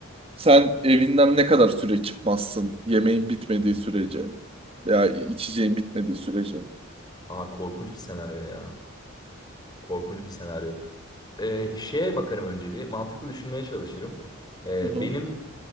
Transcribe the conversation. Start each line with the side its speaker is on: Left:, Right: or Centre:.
Right: sen evinden ne kadar süre çıkmazsın? Yemeğin bitmediği sürece veya içeceğin bitmediği sürece.
Left: Aa korkunç bir senaryo ya. Korkunç bir senaryo. Ee, şeye bakarım önce bir. Mantıklı düşünmeye çalışırım. Ee,
Right: Hı hı.
Left: benim